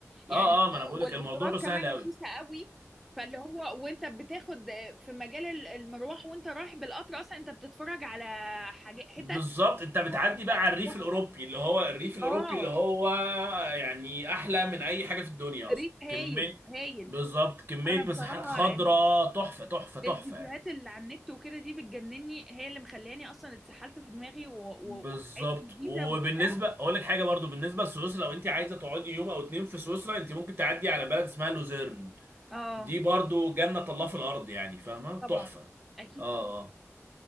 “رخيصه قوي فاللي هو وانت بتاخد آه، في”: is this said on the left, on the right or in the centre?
Centre